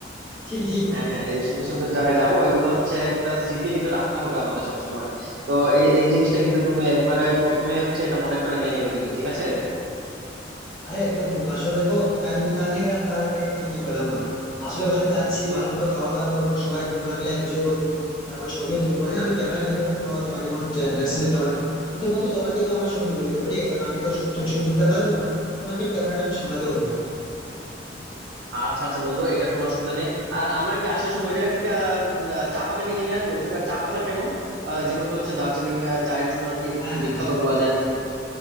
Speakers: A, on the left; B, on the right.
A: ঠিকই ঠিকই
B: হ্যাঁ
A: বন্ধু
B: হ্যাঁ এই সুন্দর সুন্দর জায়গায় যাব এগুলো হচ্ছে একটা স্মৃতি কিন্তু রাখতে হবে আমাদের সবসময় তো এই এই জিনিসটা কিন্তু তুমি একবারে প্রথমে হচ্ছে এটা মনে করে নিয়ে নেবে কিন্তু ঠিক আছে
A: আরে একদম বন্ধু আসলে দেখো ওটা যদি না নিয়ে গেলাম তাহলে আর ব্যাগে গিয়ে কি করলাম বলো আসলে ওখানে যাচ্ছি ভালো মন্দ খাওয়া দাওয়া করবো সবাই বন্ধুরা মিলে এনজয় করবো তারপর ছবিও তুলবো হ্যাঁ আমি ক্যামেরা নিয়ে যাবো কোনো তোমাকে কোনো টেনশন নিতে হবে না কিন্তু বন্ধু তোমাকে কিন্তু আমার ছবি তুলে দিতে হবে ঠিক আছে কারণ আমি তো সব- তোমার ছবি তুলতে পারবো না তোমাকে একটু ক্যামেরাটা একটু সামলাতে হবে বন্ধু
B: আচ্ছা আচ্ছা বন্ধু এটা কোনো অসুবিধা নেই আর আমরা কি আসার সময় ওই জায়গা থেকে আহ, চা পাতা কিনে নিয়ে আসবো ওই জায়গার চা পাতা কেমন আহ, যেহেতু হচ্ছে দার্জিলিং আহ, চায়ের জন্য আর কি
A: হ্যাঁ
B: বিখ্যাত বলা যায়